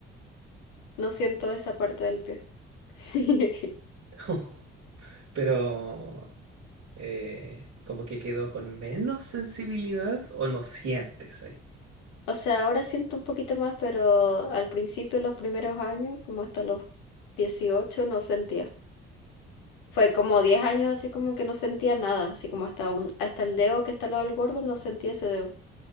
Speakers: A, on the left; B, on the right.
A: No siento esa parte del pie. <laughs>
B: <laughs> Pero eh, como que quedó con menos sensibilidad o no sientes ahí.
A: O sea, ahora siento un poquito más, pero al principio, los primeros años, como hasta los 18, no sentía. Fue como 10 años así como que no sentía nada, así como hasta un, hasta el dedo que está al lado del gordo no sentía ese dedo.